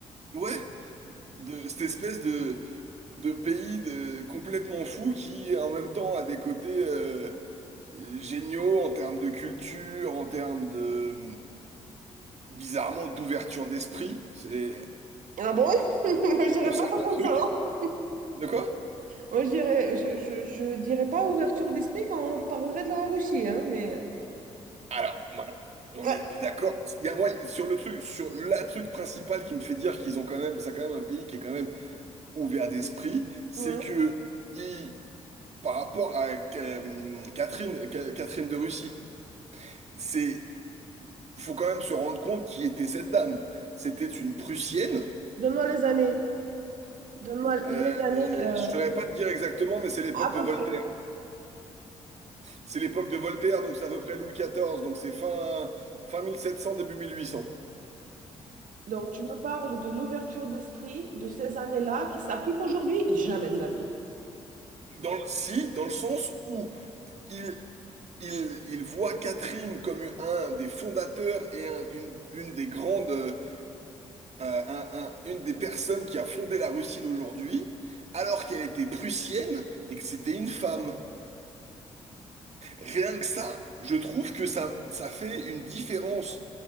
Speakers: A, on the right (about 45°); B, on the right (about 60°).
A: Ouais, de cette espèce de, de pays de, complètement fou qui en même temps a des côtés euh, géniaux en termes de culture, en termes de, bizarrement d'ouverture d'esprit c'est
B: Ah bon? <laughs> Moi, je dirais
A: sur
B: pas
A: certains
B: ça comme
A: trucs.
B: ça. hein.
A: De quoi?
B: Moi, je dirais, je, je, je dirais pas ouverture d'esprit quand je parlerai de la Russie, hein, mais...
A: Alors, ma- on
B: Ouais.
A: est d'accord. Il y a, ouais, sur le truc, sur la truc principal qui me fait dire qu'ils ont quand même, c'est quand même un pays qui est quand même ouvert d'esprit, c'est
B: Ouais.
A: que ils- par rapport à euh, Catherine, Ca- Catherine de Russie, c'est faut quand même se rendre compte qui était cette dame. C'était une Prussienne.
B: Donne-moi les années. Donne-moi
A: Euh,
B: les années
A: euh,
B: euh,
A: je saurais pas te dire exactement, mais c'est l'époque
B: à peu
A: de Voltaire.
B: près.
A: C'est l'époque de Voltaire, donc c'est à peu près Louis XIV, donc c'est fin, fin 1700, début 1800.
B: Donc, tu me parles de l'ouverture d'esprit de ces années-là qui s'applique aujourd'hui? Jamais de la vie.
A: Dans le, si, dans le sens où il, il, il voit Catherine comme une- un des fondateurs et un- une, une des grandes, euh, un- un- une des personnes qui a fondé la Russie d'aujourd'hui, alors qu'elle était prussienne et que c'était une femme. Rien que ça, je trouve que ça, ça fait une différence